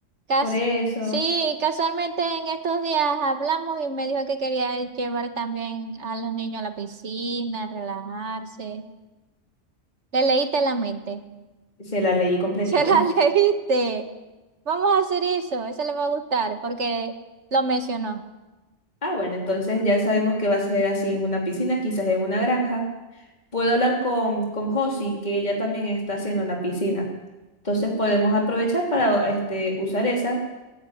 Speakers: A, on the right (about 70°); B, on the left (about 35°).
A: Cas
B: Por eso,
A: sí, casualmente en estos días hablamos y me dijo que quería llevar también a los niños a la piscina, relajarse. Le leíste la mente.
B: se la leí
A: <laughs>
B: completico.
A: Se la leíste. Vamos a hacer eso, eso le va a gustar porque lo mencionó.
B: Ah, bueno, entonces ya sabemos que va a ser así en una piscina, quizás en una granja. Puedo hablar con, con Josie, que ella también está haciendo una piscina. Entonces podemos aprovechar para este, usar esa